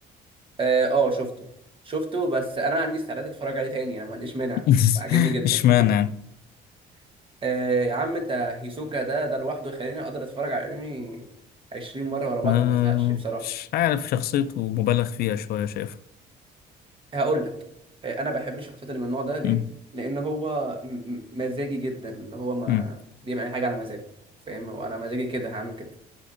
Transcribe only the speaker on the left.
<laughs>
اشمعنى يعني
آه،
مش عارف شخصيته مبالغ فيها شوية شايفها
مم،
مم،